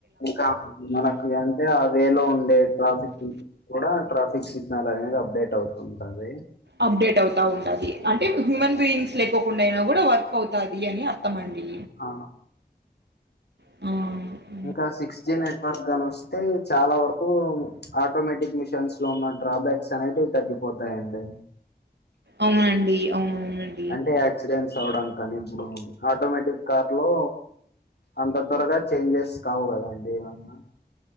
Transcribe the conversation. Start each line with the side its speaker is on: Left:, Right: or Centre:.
Left: ఇంకా మనకు అంటే అ వేలో ఉండే ట్రాఫిక్ కూడా ట్రాఫిక్ సిగ్నల్ అనేది అప్డేట్ అవుతుంటంది
Right: అప్డేట్ అవుతా ఉంటది అంటే హ్యూమన్ బీయింగ్స్ లేకోకుండా అయినా కూడా వర్క్ అవుతది అని అర్థమండి
Left: అ
Right: అ
Left: ఇంకా సిక్స్ జి నెట్వర్క్ గాని వస్తే చాలా వరకు ఆటోమేటిక్ మిషన్స్ లో ఉన్న డ్రాబ్యాక్స్ అనేటివి తగ్గిపోతాయండి
Right: అవునండి అవునవునండి
Left: అంటే యాక్సిడెంట్స్ అవడం కానీ ఇప్పుడు ఆటోమేటిక్ కార్ లో అంత త్వరగా చేంజెస్ కావు కదా అండి ఏమన్నా